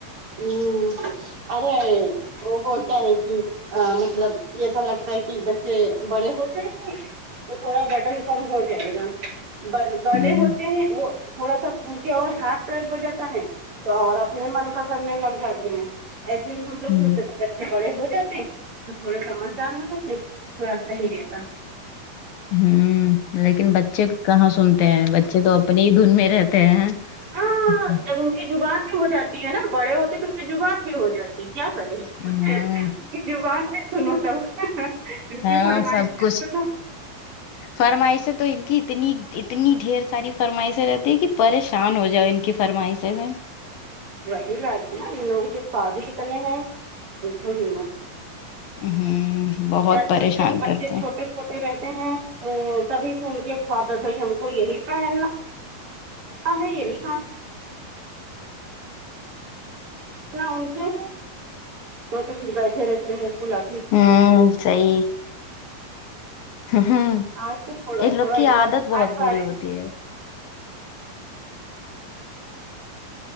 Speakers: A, on the right; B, on the left.
A: ہوں ارے وہ ہوتا ہے کہ ا مطلب ایسا لگتا ہے کہ بچے بڑے ہوجائےنگے تو تھوڑا بڈن کم ہو جائے گا بڑے
B: ہ
A: ہوتے ہیں وہ تھوڑا سا ان کے اور ہاتھ پیر ہو جاتا ہے تو اور اپنے من کا کرنے لگ جاتے ہیں ایسے ہی ہم لوگ
B: ہ
A: سوچ سے بڑے ہو جاتے تو تھوڑا سمجھدار ہو جاتے تھوڑا صحیح رہتا
B: ہمم لیکن بچے کہاں سنتے ہیں بچے تو اپنے ہی دھن میں رہتے ہیں ہ
A: ہاں جب ان کی زبان بھی ہو جاتی ہے نا بڑے ہوتے تو ان کی زبان بھی ہو جاتی کی کیا کرے کی
B: ہاں
A: زبان بھی سنو تو ان
B: ہاں
A: کی فرمائیش
B: سب کچھ
A: سنو
B: فرمائشیں تو ان کی اتنی اتنی ڈھیر ساری فرمائشیں رہتی ہے کہ پریشان ہو جاؤ ان کی فرمائیشںیں ہیں
A: وہی بات نا ان لوگوں کے خواب ہی اتنے ہیں دیکھوں ہی مت
B: ہوں بہت
A: آج
B: پریشان
A: کل کے بچے
B: کرتا
A: چھوٹے رہتے ہیں تو تبھی سن کے خواب ہے بھائی ہم کو یہی پہننا ہاں ہے یہی نا ان کے وہ تو پھر بیٹھے رہتے تھلا
B: ہوں صحیح ہوں
A: آج تو تھوڑا
B: ان
A: تھوڑا
B: لوگ کی
A: ادھر
B: عادت بہت
A: آج بارش
B: بری ہوتی ہے